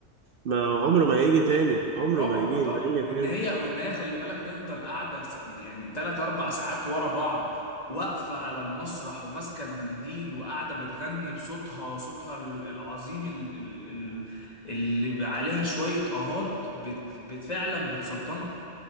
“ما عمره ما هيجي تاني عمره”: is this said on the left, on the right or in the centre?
Right